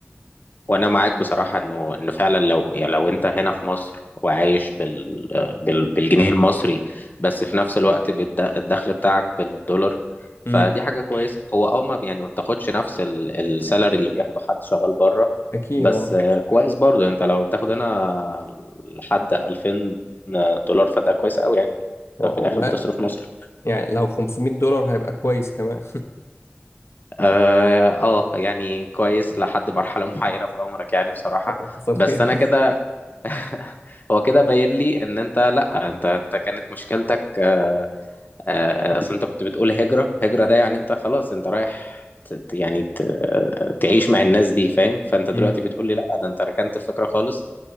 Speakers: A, on the left; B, on the left.
A: وانا معاك بصراحه انه انه فعلا لو يعني لو انت هنا في مصر وعايش بال... بال... بالجنيه المصري بس في نفس الوقت بالد... الدخل بتاعك بالدولار فدي
B: امم
A: حاجه كويسه هو اه ما يعني ما بتاخدش نفس ال... السالري اللي بياخده حد شغال بره
B: أكيد
A: بس
B: أه
A: آه، كويس برضو انت لو بتاخد هنا لحد 2000 دولار فده كويس قوي يعني
B: آه،
A: ده
B: والله
A: في الاخر بتصرف مصر
B: يعني لو 500 دولار هيبقى كويس كمان
A: اه آه، يعني كويس لحد مرحله <laughs> معينه في عمرك يعني بصراحه
B: <laughs> لا، حصل
A: بس
B: خير
A: انا كده <laughs> هو كده باين لي ان انت لا انت انت كانت مشكلتك آه، آه، اصل انت كنت بتقول هجرة هجرة ده يعني انت خلاص انت رايح ت- ت- يعني ت- آه، تعيش مع الناس دي فاهم فانت دلوقتي
B: امم
A: بتقول لي لا ده انت ركنت الفكرة خالص